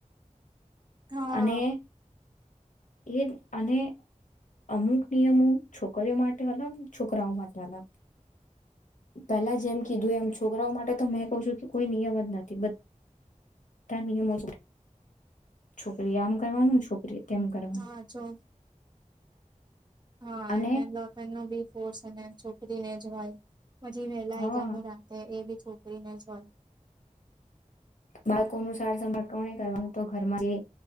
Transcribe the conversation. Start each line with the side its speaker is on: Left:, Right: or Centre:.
Right: હા
Left: અને એ અને અમુક નિયમો છોકરીઓ માટે અલગ છોકરાઓ માટે અલગ પહેલા જેમ કીધું એમ છોકરાઓ માટે તો મેં કહું છું કે કોઈ નિયમ જ નથી બ ધા નિયમો છોકરી આમ કરવાનું છોકરી તેમ કરવાનું
Right: હા જો હા
Left: અને
Right: એને <unintelligible> બી કોર્સ અને છોકરી ને જ હોય પછી વહેલા
Left: હા
Right: એજાનું રાતે એ બી છોકરીને જ હોય
Left: બાળકોનું સાર સંંભાળ કોને કરવાનું તો ઘરમાં જે